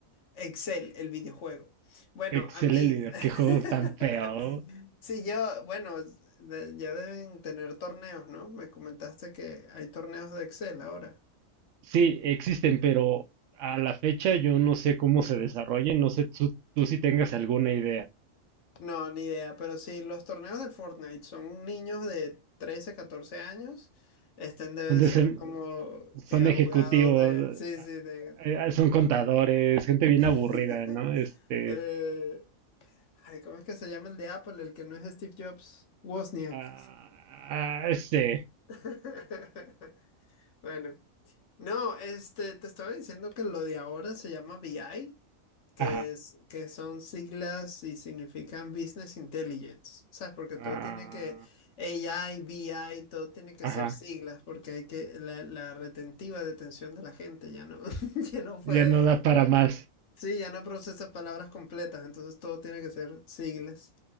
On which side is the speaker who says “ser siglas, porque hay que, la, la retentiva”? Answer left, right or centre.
Left